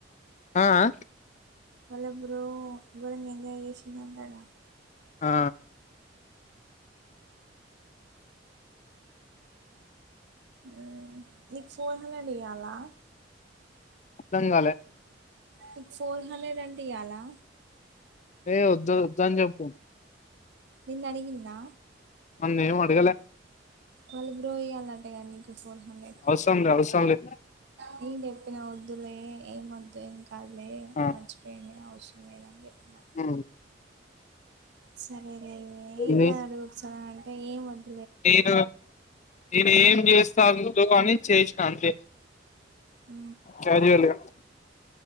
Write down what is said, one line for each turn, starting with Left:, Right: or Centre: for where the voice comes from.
Left: ఆ ఆ
Right: వాళ్ళ బ్రో గోరంగా ఎంజాయ్ చేసిండంటగ
Left: ఆ
Right: ఆ నీకు ఫోన్ హెడ్ ఇయ్యాలా
Left: ర్ధం కాలే
Right: మీకు ఫోర్ హండ్రెడ్ అంటే ఇయలా
Left: ఏ వద్దు వద్దని చెప్పు
Right: నిన్ అడిగిందా
Left: నన్నేం అడగలే
Right: వాళ్ళు బ్రో ఇయ్యాలటగా నీకు ఫోర్ హండ్రెడ్
Left: అవసరం లే అవసరం లేద్
Right: నేను చెప్పిన వద్దులే ఏం వద్దు ఏం కాదులే
Left: ఆ
Right: మంచిపోయింది అవసరం లేదని చెప్పినా
Left: ఆ
Right: సరేలేవే ఏం
Left: నే
Right: గాదు అడుగు ఒకసారి అంటే ఏం వద్దు
Left: నేను నేను ఏం చేస్తా వుండు అని చేసిన అంతే
Right: ఊ
Left: సరేలే